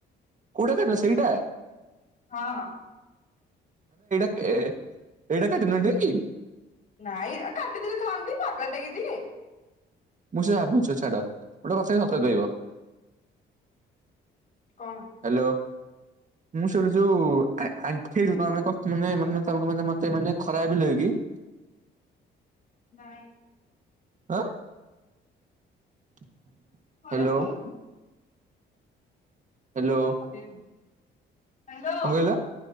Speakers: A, on the right; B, on the left.
A: କୁଉଡ଼ା କାଟିଲ ସେଇଟା।
B: ହଁ
A: ଏ ଏଇଟା କାଟିନଡି।
B: ନାଇଁ କାଟିଦଲେ ଥାଆନ୍ତି ପାଗଲ୍ ଟକି ଦିଏ
A: ମୁଁ ସେ ଭାବୁଛ ଛାଡ ଗୋଟେ କଥା ସତ କହିବ।
B: କଣ?
A: ହ୍ୟାଲୋ ମୁଁ ଶଇଣୁ ଯୋଉେ ମାନେେମ ମାନେ ମତେ ମାନେ ଖରା ବି ଲକି <inaudible>
B: ନାଇଁ।
A: ଆଁ <inaudible>
B: ହରେ
A: ହ୍ୟାଲୋ
B: କ
A: ହ୍ୟାଲୋ
B: ଅଚନ ଭେଇନ। ହ୍ୟାଲୋ।
A: କଣ କହିଲ?